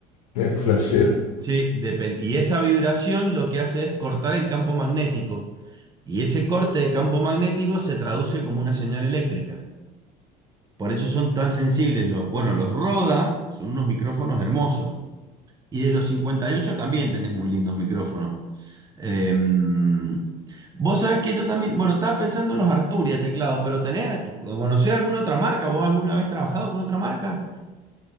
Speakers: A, on the left; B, on the right.
A: mira que flasher.
B: sí, depen- y esa vibración lo que hace es cortar el campo magnético. Y ese corte de campo magnético se traduce como una señal eléctrica. Por eso son tan sensibles los, bueno, los Roda son unos micrófonos hermosos. Y de los 58 también tenés muy lindos micrófonos. Em, vos sabés que yo también, bueno, estaba pensando en los Arturia teclado, pero tenés, ¿conocés alguna otra marca? ¿Vos alguna vez trabajado con otra marca?